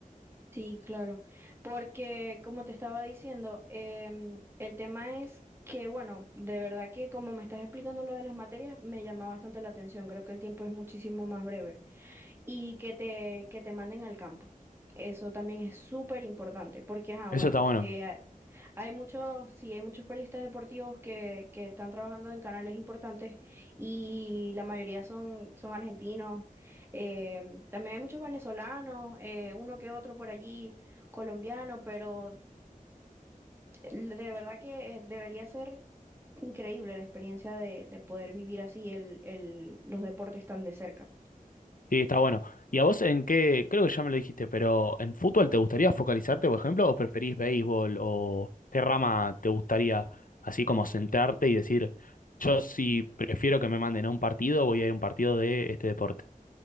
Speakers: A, on the right (about 15°); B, on the left (about 70°).
A: Sí, claro, porque como te estaba diciendo, em, el tema es que, bueno, de verdad que como me estás explicando lo de las materias, me llama bastante la atención, creo que el tiempo es muchísimo más breve y que te, que te manden al campo. Eso también es súper importante, porque, ajá, bueno,
B: Eso está bueno,
A: eh, hay muchos, sí, hay muchos periodistas deportivos que, que están trabajando en canales importantes y la mayoría son, son argentinos. Eh, también hay muchos venezolanos, eh, uno que otro por allí, colombiano, pero eh, de verdad que eh, debería ser increíble la experiencia de, de poder vivir así el, el, los deportes tan de cerca.
B: sí, está bueno. ¿Y a vos en qué? Creo que ya me lo dijiste, pero ¿en fútbol te gustaría focalizarte, por ejemplo, o preferís béisbol o qué rama te gustaría así como centrarte y decir, yo si prefiero que me manden a un partido, voy a ir a un partido de este deporte?